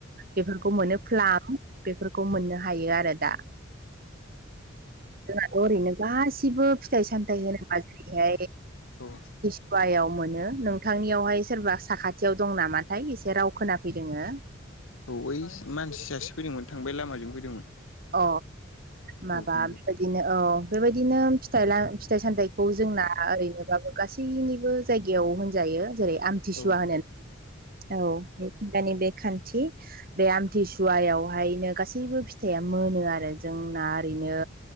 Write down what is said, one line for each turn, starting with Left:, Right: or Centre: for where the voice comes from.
Right: बेफोरखौ मोनो फ्लाम बेफोरखौ मोननो हायो आरो दा जोंनाथ' ओरैनो गासिबो फिथाइ सामथायाइ होनोबा जेरैहाय
Left: औ
Right: गवायाव मोनो। नोंथांनियावहाय सोरबा साखाथियाव दं नामाथाय एसे राव खोनाफैदोङो
Left: औ ओइ मानसि सासे फैदोंमोन थांबाय लामाजों फैदोंमोन
Right: अ माबा
Left: औ बुंदो
Right: बेबायदिनो औ बेबायदिनो फिथाइ सामथखौ जोंना ओरैनोबाबो गासैनिबो जायगायाव होनजायो जेरै थिसुवा
Left: औ
Right: होनो। औ दानि बे खान्थि बे आमथिसुवायावहायनो गासैबो फि थाया मोनो आरो जोंना ओरैनो